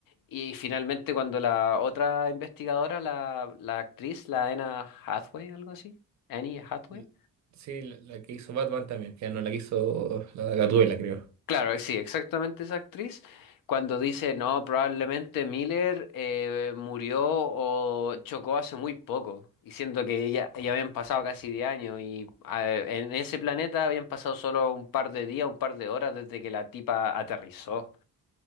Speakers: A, on the left; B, on the right.
A: Y finalmente cuando la otra investigadora, la, la actriz, la Anna Hathaway, algo así, Annie Hathaway.
B: L- Sí, la, la que hizo Batman también, que no la que hizo la Gatúbela, creo.
A: Claro, eh, sí, exactamente esa actriz, cuando dice, no, probablemente Miller eh, murió o chocó hace muy poco, y siento que ya, ya habían pasado casi 10 años, y eh, en ese planeta habían pasado solo un par de días, un par de horas desde que la tipa aterrizó.